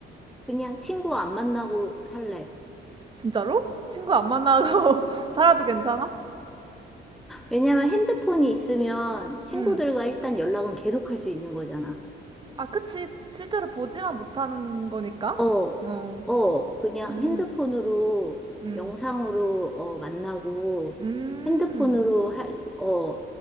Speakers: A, in the centre; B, on the right (about 25°).
A: 그냥 친구 안 만나고 살래.
B: 진짜로? 친구 안 만나고 <laughs> 살아도 괜찮아?
A: 왜냐면 핸드폰이 있으면 친구들과
B: 음.
A: 일단 연락은 계속 할 수 있는 거잖아.
B: 아, 그치. 실제로 보지만 못하는 거니까.
A: 어,
B: 어,
A: 어, 그냥
B: 음,
A: 핸드폰으로,
B: 음.
A: 영상으로, 어, 만나고,
B: 음.
A: 핸드폰으로 할 수, 어,